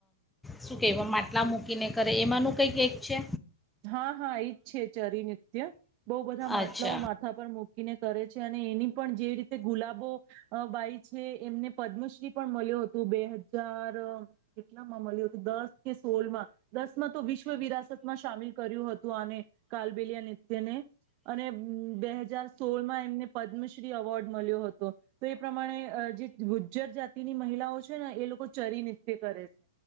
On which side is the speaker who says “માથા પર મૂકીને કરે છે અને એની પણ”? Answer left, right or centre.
Right